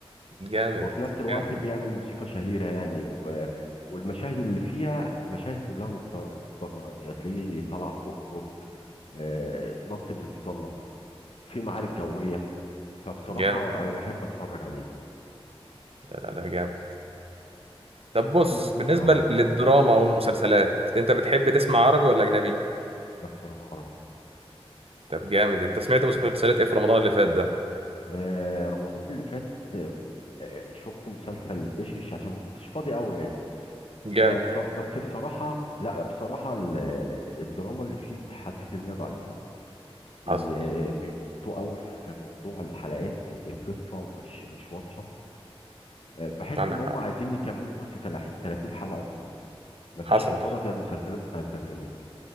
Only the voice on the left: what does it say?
وفي نفس الوقت
بيعمل موسيقى شهيرة يعني و... والمشاهد اللي فيها مشاهد كلها مبت- مبتكرة يعني تلاقيه طلع فوق برج آه، نط بالمظلة في معارك جوية فبصراحة
أنا بحب أتفرج عليه
وفي نفس
اه
لا بصراحة عربي
آه، رمضان اللي فات آه، آه، شفت مسلسل ايش ايش عشان ما كنتش فاضي قوي يعني
فبصر... بس بصراحة لا بصراحة ال- الدراما اللي فيه حسيت ان هي ضعيفة بي
بيمطوا قوي في موضوع الحلقات القصة مش مش واضحة آه، بحس
ان هم
عايزين يكملوا بس تلح- 30 حلقة وخلاص مفيش
إثارة زي المسلسلات بتاعت زمان يعني